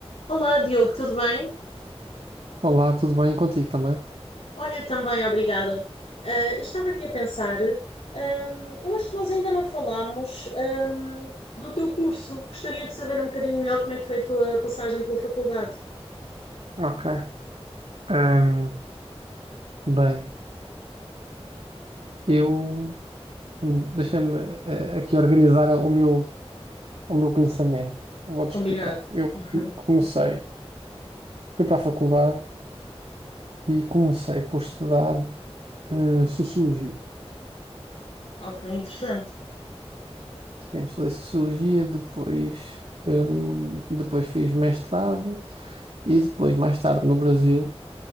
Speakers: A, on the left (about 75°); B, on the right (about 70°).
A: Olá, Diogo, tudo bem?
B: Olá, tudo bem contigo também?
A: Olha, também, obrigada. Ah, eu estava aqui a pensar, ahm, eu acho que nós ainda não falámos, ahm, do teu curso. Gostaria de saber um bocadinho melhor como é que foi a tua passagem pela faculdade.
B: Ok. Ahm, bem, eu deixa-me eh, aqui organizar o meu, o meu pensamento. Vou-te
A: Combinado.
B: explicar. Eu
A: <laughs>
B: comecei, fui para a faculdade e comecei por estudar eh, sociologia.
A: Ok, interessante.
B: Sim, estudei sociologia, depois, ahm, depois fiz mestrado e depois, mais tarde, no Brasil,